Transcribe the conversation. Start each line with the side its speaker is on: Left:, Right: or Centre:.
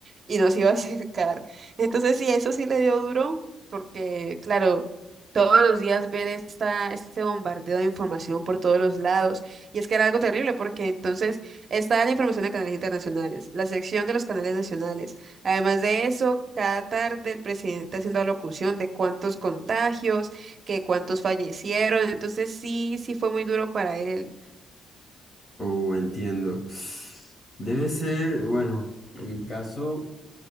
Right: y no se iba a <laughs> acercar. Entonces, sí, eso sí le dio duro, porque, claro, todos los días ver esta, este bombardeo de información por todos los lados. Y es que era algo terrible, porque entonces está la información de canales internacionales, la sección de los canales nacionales. Además de eso, cada tarde el presidente haciendo alocución de cuántos contagios que cuántos fallecieron, entonces sí, sí fue muy duro para él.
Left: Uh, entiendo. Debe ser, bueno, en mi caso